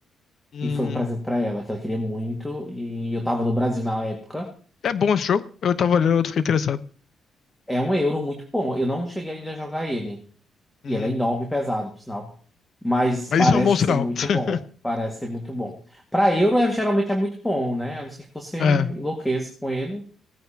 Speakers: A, on the left; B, in the centre.
A: Hum,
B: E foi um presente para ela, que ela queria muito. E eu tava no Brasil na época.
A: é bom esse jogo. Eu tava olhando, eu fiquei interessado.
B: É um euro muito bom. Eu não cheguei ainda a jogar ele.
A: Uhum.
B: E ele é enorme e pesado, por sinal. Mas
A: Mas
B: parece
A: isso é um bom sinal.
B: ser muito
A: <laughs>
B: bom. Parece ser muito bom. Para euro, é- geralmente é muito bom, né? A não ser que você
A: É,
B: enlouqueça com ele.